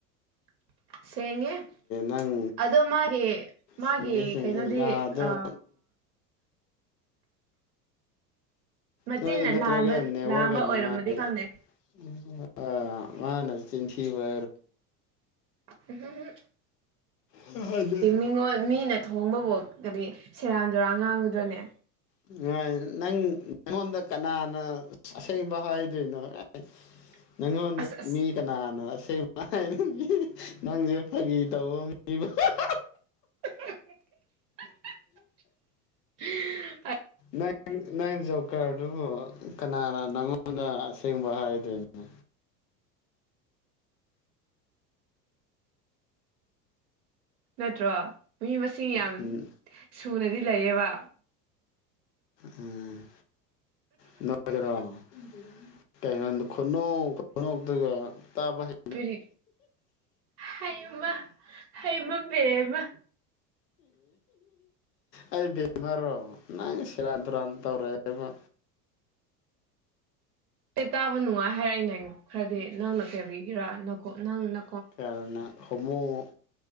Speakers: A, on the right (about 70°); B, on the left (about 75°).
A: <inaudible> ꯁꯦꯡꯉꯦ
B: ꯅꯪ
A: ꯑꯗꯣ ꯃꯥꯒꯤ ꯃꯥꯒꯤ
B: ꯁꯦꯡꯗꯦ ꯁꯦꯡꯗꯦ
A: ꯀꯩꯅꯣꯗꯤ
B: ꯅꯥꯗꯣ
A: ꯑ ꯃꯆꯤꯟꯅ
B: ꯅꯣꯏ ꯅꯠꯇ꯭ꯔꯒ
A: ꯂꯥꯟꯕ
B: ꯅꯦꯛꯋꯒ
A: ꯂꯥꯟꯕ ꯑꯣꯏꯔꯝꯃꯗꯤ
B: ꯅꯨꯡꯉꯥꯏ
A: ꯈꯪꯗꯦ
B: ꯎꯝ ꯑ ꯃꯥꯅ ꯆꯤꯟꯊꯤꯕ
A: ꯎꯝ
B: <unintelligible>
A: <unintelligible>
B: <inaudible>
A: ꯃꯤꯅ <unintelligible> ꯊꯣꯡꯕꯕꯨ ꯀꯔꯤ ꯁꯦꯔꯥꯟ ꯇꯨꯔꯥꯡ ꯉꯥꯡꯒꯗ꯭ꯔꯅꯦ
B: <unintelligible> ꯅꯪ ꯉꯣꯟꯗ ꯀꯅꯥꯅ ꯑꯁꯦꯡꯕ ꯍꯥꯏꯗꯣꯏꯅꯣ <unintelligible>
A: <inaudible>
B: ꯅꯉꯣꯟꯗ
A: ꯑꯁ ꯑꯁ
B: ꯃꯤ ꯀꯅꯥꯅꯣ ꯑꯁꯦꯡꯕ <unintelligible> ꯅꯪꯁꯨ ꯐꯒꯤ ꯇꯧꯕ <unintelligible>
A: <inaudible>
B: ꯅꯪ ꯅꯪ ꯖꯣꯀꯔꯗꯨꯕꯨ ꯀꯅꯥꯅ ꯅꯪꯉꯣꯟꯗ ꯑꯁꯦꯡꯕ ꯍꯥꯏꯗꯣꯏꯅꯣ
A: ꯅꯠꯇ꯭ꯔꯣ ꯃꯤ ꯃꯁꯤꯡ ꯌꯥꯝ
B: ꯎꯝ
A: ꯁꯨꯅꯗꯤ ꯂꯩꯌꯦꯕ
B: ꯎꯝ <unintelligible> ꯈꯨꯅꯣꯛ ꯈꯨꯅꯣꯛꯇꯨꯒ ꯇꯥꯕ ꯍꯩ
A: ꯀꯔꯤ ꯍꯩꯃ ꯍꯩꯃ ꯕꯦꯝꯃ
B: ꯑꯩ ꯕꯦꯝꯃꯔꯣ ꯅꯪ ꯁꯦꯔꯥꯟ ꯇꯨꯔꯥꯟ ꯇꯧꯔꯦꯕ
A: ꯑꯦ ꯇꯥꯕ ꯅꯨꯡꯉꯥꯏ ꯍꯥꯏꯔꯛꯏꯅꯦ ꯈꯔꯗꯤ ꯅꯪꯅ ꯀꯔꯤꯒꯤꯔꯥ ꯅꯀꯣꯛ ꯅꯪ ꯅ
B: <unintelligible> ꯍꯣꯃꯣ